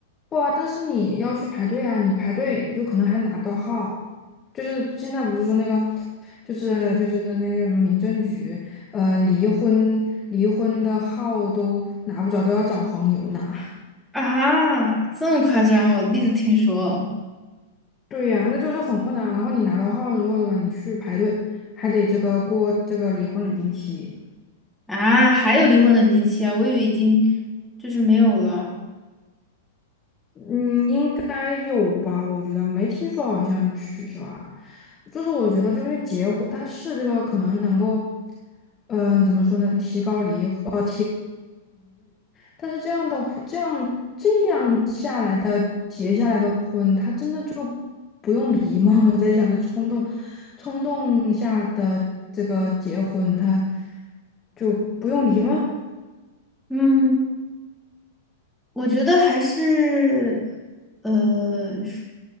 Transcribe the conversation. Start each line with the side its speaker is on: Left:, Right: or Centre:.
Left: 不啊，但是你要去排队啊，你排队就可能还拿不到号。就是现在不是说那个，就是就是那个什么民政局，呃，离婚离婚的号都拿不着，都要找黄牛拿。
Centre: 啊，这么夸张？我第一次听说
Left: 对呀，那就是很困难。然后你拿到号了之后，对吧？你去排队，还得这个过这个离婚冷静期。
Centre: 啊，还有离婚冷静期啊，我以为已经就是没有了。
Left: 嗯，应该有吧？我觉得没听说好像取消啊。就是我觉得，就是结婚，它是这个可能能够，嗯、怎么说呢？提高离婚，但是这样的婚这样这样下来的结下来的婚，他真的就不用离吗？<laughs> 我在想，就冲动冲动下的这个结婚，他就不用离吗？
Centre: 嗯，我觉得还是，呃，是